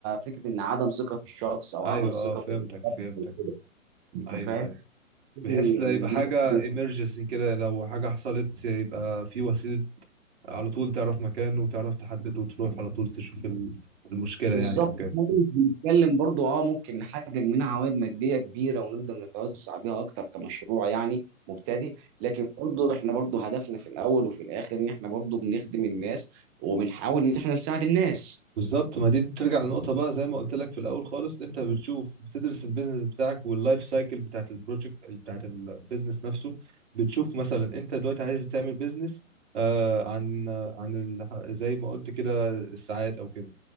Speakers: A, on the right; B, on the right.
A: فكره ان عدم ثقه في الشخص او
B: أيوه
A: عدم ثقه
B: اه فهمتك
A: في الحد
B: فهمتك
A: أو كده انت
B: أيوه
A: فاهم؟
B: أيوه
A: إن
B: بحيث لا يبقى حاجة
A: دي برضه-
B: emergency كده لو حاجة حصلت يبقى في وسيلة على طول تعرف مكانه وتعرف تحدده وتروح على طول تشوف ال- المشكلة
A: بالظبط
B: يعني أو كده
A: إحنا مش بنتكلم برضو اه ممكن نحقق منها عوائد ماديه كبيره ونقدر نتوسع بيها اكتر كمشروع يعني مبتدئ لكن برضو احنا برضو هدفنا في الاول وفي الاخر ان احنا برضو بنخدم الناس وبنحاول ان احنا نساعد الناس
B: بالظبط ما دي بترجع لنقطة بقى زي ما قلت لك في الأول خالص أنت بتشوف بتدرس البيزنس بتاعك واللايف سايكل بتاعت البروجكت بتاعت البيزنس نفسه بتشوف مثلا أنت دلوقتي عايز تعمل بيزنس آه عن آه، عن ال... زي ما قلت كده الساعات أو كده